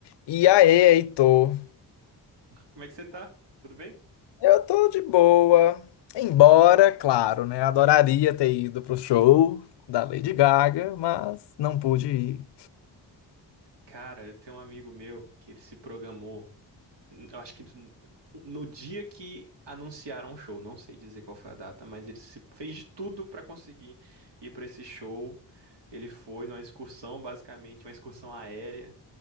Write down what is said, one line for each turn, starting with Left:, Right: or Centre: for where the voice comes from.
Left: E aí, Heitor?
Right: Como é que você tá? Tudo bem?
Left: Eu tô de boa. Embora, claro, né? Adoraria ter ido pro show da Lady Gaga, mas não pude ir.
Right: Cara, eu tenho um amigo meu que ele se programou. n- Eu acho que n- no dia que anunciaram o show, não sei dizer qual foi a data, mas ele se fez de tudo pra conseguir ir pra esse show. Ele foi numa excursão, basicamente, uma excursão aérea.